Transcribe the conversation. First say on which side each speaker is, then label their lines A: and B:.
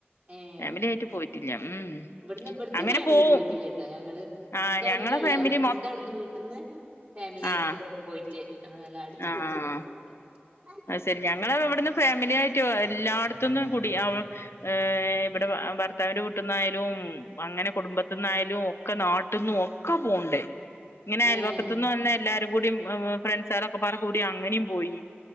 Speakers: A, on the right; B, on the left.
A: ഏഹ്
B: ഫാമിലി ആായിട്ട് പോയിട്ടില്ല ഉം
A: ഇവിടുന്ന് ഇവിടുത്തെ
B: അങ്ങനെ
A: ഫാമിലി
B: പോവും
A: പോയിട്ടില്ല ട്ടോ ഞങ്ങള്.
B: ആഹ്
A: എന്റെ അവിടുന്ന്
B: ഞങ്ങളെ
A: വെള്ളാമ്പുറത്ത്
B: ഫാമിലി മൊ
A: നിന്റെ അവിടുന്ന് വീട്ട്ന്ന് ഫാമിലി
B: ആഹ്
A: ടൂറൊക്കെ പോയിറ്റ് ഞങ്ങള് നല്ല അടിച്ചുപൊളിച്ച്
B: ആഹ്
A: പോയിക്ക്ണ് റ
B: അത് ശരി ഞങ്ങള് വിടുന്ന് ഫാമിലി ആയിറ്റൊ എല്ലാടത്തൊന്നും കൂടി <unintelligible> വിടെ ഭർത്താവിന്റെ വീട്ടിന്നായാലും അങ്ങനെ കുടുംബത്തിന്നായലും ഒക്കെ നാട്ടിന്നും ഒക്കെ പോവു ങ്ങനെ അയൽവക്കത്തന്ന്
A: ഏഹ്
B: വന്ന എല്ലാരും കൂടിം ഫ്രണ്ട്സ്ളോക്കപ്പാടെ കൂ അങ്ങനേം പോയി